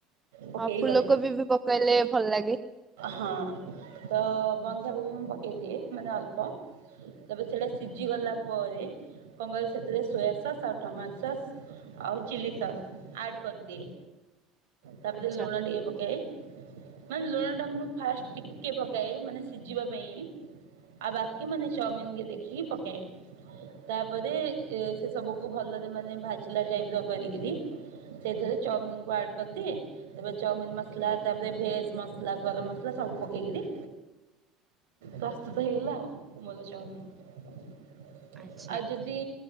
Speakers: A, on the right; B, on the right.
A: ପକେଇ
B: ହଁ ଫୁଲକୋବି
A: ଘରେ
B: ବି ପକାଇଲେ ଭଲ ଲାଗେ।
A: ହଁ ତ ବନ୍ଧାକୋବି ମୁଁ ପକାଇଦିଏ ମାନେ ଅଳ୍ପ। ତାପ ସେଡା ସିଝି ଗଲା ପରେ କଙ୍ଗ ସେଥିର ସୋୟାସସ୍ ଆଉ ଟମାଟ୍ ସସ୍ ଆଉ ଚି଼ଲ୍ଲୀ ସ ଆଡ କରିଦିଏ ତାପ
B: ଆଚ୍ଛା
A: ରେ ଲୁଣ ଟିଏ କେ ଏ ମାନେ ଲୁଣଟା ମୁଁ ଫାଷ୍ଟ ଟିକେ ପକାଏ ମାନେ ସିଝିବା ପାଇଁ। ଆଉ ବାକି ମାନେ ଚାଉମିିନ୍ ଦେଖିକି ପକାଏ। ତାପରେ ସେ ସବୁକୁ ଭଲରେ ମାନେ ଭାଜିଲା ଟାଇପ ର କରିକିରି ସେଇଥିରେ ଚାଉମିନ କୁ ଆଡ କରିଦିଏ। ତାପରେ ଚାଉମିନ ମସଲା ତାପରେ ଭେଜ୍ ମସଲା, ଗରମ ମସଲା ସବୁ ପକେଇକିରି ପ୍ରସ୍ତୁତ ହେଇଗଲା ଆଉ ମଲ ଚାଉମିନ୍।
B: ଆଚ୍ଛା
A: ଆଉ ଯଦି